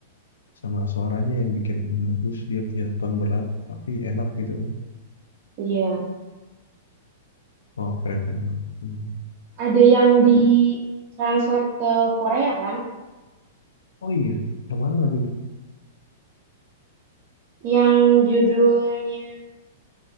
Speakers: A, on the left; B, on the right.
A: Sama suaranya yang bikin bagus, dia punya tone berat tapi enak gitu kan.
B: Iya.
A: Oh keren keren banget. Hmm.
B: Ada yang di translate ke Korea kan?
A: Oh iya, yang mana lagunya?
B: Yang judulnya